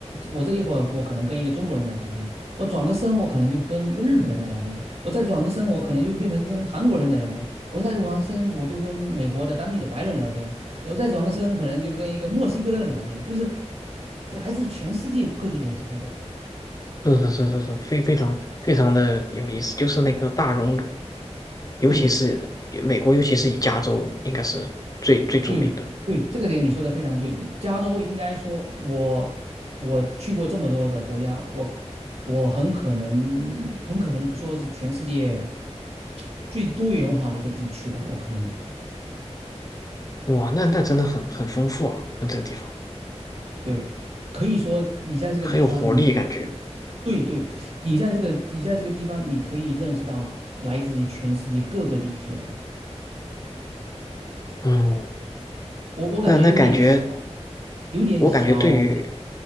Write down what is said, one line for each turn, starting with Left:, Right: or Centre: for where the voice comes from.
Right: 我这一会儿我可能跟一个中国人在聊天，我转个身我可能就跟一个日本人在聊天，我再转个身我可能就变成跟韩国人在聊天，我再转个身我就跟美国的当地的白人聊天。然后再转个身，可能就跟一个墨西哥人聊天，就是来自全世界各地的人都在这儿。
Left: 嗯，是是是是是，非非常非常的有意思，就是那个大熔炉，尤其是美国，
Right: 对
Left: 尤其是以加州应该是最最著名的。
Right: 对对，这个点你说的非常对。加州应该说我我去过这么多的国家，我我很可能很可能说是全世界最多元化的一个地区了。我可能
Left: 哇，那那真的很很丰富啊，那这个地方
Right: 对，可以说你在这个地方你，
Left: 很有活力感觉。
Right: 对对，你在这个你在这个地方，你可以认识到来自于全世界各个地区的人。
Left: 嗯，
Right: 我我感觉有点小，
Left: 那那感觉，
Right: 有点小
Left: 我感觉对于